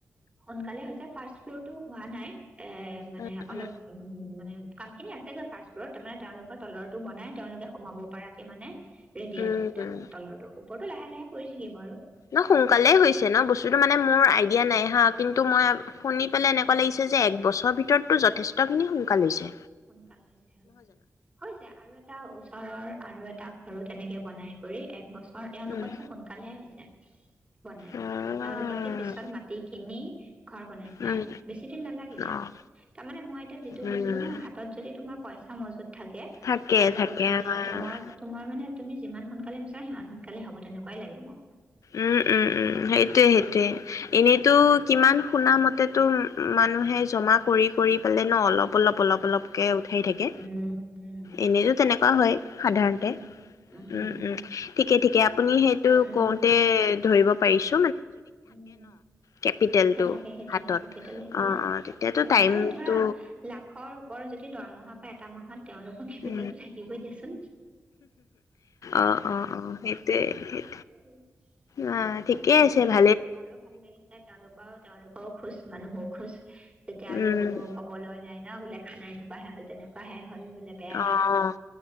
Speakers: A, on the right (about 25°); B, on the left (about 85°).
A: সোনকালে ফাৰ্ষ্ট ফ্ল'টো হোৱা নাই এ মানে
B: উম, উম,
A: অলপ উ মানে কাম খিন আছেগৈ ফাষ্ট' ফ্লুৰত তাৰ মানে তেওঁলোকৰ তলৰো বনাই তেওঁলোকে কমাব পাৰাকে মানে ৰেডি
B: উম,
A: আৰু তেওঁলোকৰ
B: উম।
A: তলৰৰ ওপৰত টো লাহে লাহে কৰি থাকিব আৰু
B: ন শুন সোনকালে হৈছে ন বস্তুতটো মানে
A: অ
B: মোৰ
A: বহুত
B: আইডিয়া
A: বহুত
B: নাই
A: সোনকাল
B: হা কিন্তু
A: হৈছে
B: মই শুনি পেলাই এনেকুৱা
A: উম
B: লাগিছে যে এক বছৰ ভিতৰতো যথেষ্ট ভিতৰ খিনি সোনকালৈছে
A: সোনকাল হৈছে হৈছে হৈছে আৰু এটা ওচৰৰ আৰু এটা ঘৰো তেনেকে বনাই কৰি এক বছৰ এওঁলোকতকে
B: উম,
A: সোনকালেহে হৈছে বনাই
B: উম,
A: এওঁলোকতকে পিছত মাটি কিনি উ ঘৰ বনাইছে
B: উম,
A: বেছি দিন নালাগিলে
B: অ',
A: তাৰমানানে মই এতিয়া যিটো
B: উম।
A: বুজিলো ন হাত যদি তোমাৰ পইচা মজুত থাকে
B: থাকে,
A: আৰু
B: থাকে
A: তুমি
B: অ'।
A: তোমাৰ তোমাৰ মানে তুমি যিমান সোনকালে বিচাৰা সিমান সোনকালে হব তেনেকুৱাই লাগে মোৰ।
B: উম উম উম সেইটো। সেইয়ে সেইটোৱে
A: উম
B: এনেইতো কিমান শুনা মতেতো মানুহে জমা কৰি কৰি ন অলপ
A: কৰিলে
B: অপ অপ অলক
A: উম
B: উঠাই
A: উম
B: থাকে
A: উম
B: এনেতো তেনেকুৱা হয় সাধাৰণতে
A: উম উম
B: উ
A: উম
B: ঠিকে ঠিকে আপুনি সেইটো
A: উম
B: ক ধৰিব পাৰিছো
A: উম
B: কেপিটেলটো
A: থাকে থাকে সেইটোৱে
B: হাতত
A: কেপিটেল থাকিলে
B: অ', অ', তেতিয়াতো
A: সেইকাৰণে
B: টাইমটো
A: আৰু ধৰা লাখৰ ওপৰ যদি দৰমহা এটা মাহত তেওঁলোকৰ কেপিটেলটো
B: উ
A: থাকিবই দিয়াচোন
B: অ অ অ সেইটোৱে সেই
A: সেইটোৱে
B: আহ
A: উম
B: ঠিকেই আছে
A: নাই ঠিকে
B: ভাল
A: আছে ঘৰো ভাল লাগিছে তেওঁলোকৰ তেওঁলোকৰও খোজ ম মইও খুচ তেতিয়া আৰু
B: উম।
A: কোনো ক'বলৈ নাই নওোলেখা নয় <unintelligible> নেকুৱাহে হ'ল তেনেকুৱাহে হ'ল বোলে বেয়াহে
B: অ',